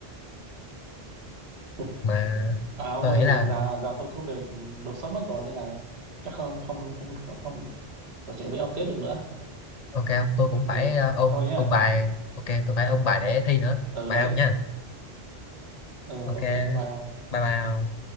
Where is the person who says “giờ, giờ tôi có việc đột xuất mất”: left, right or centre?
Right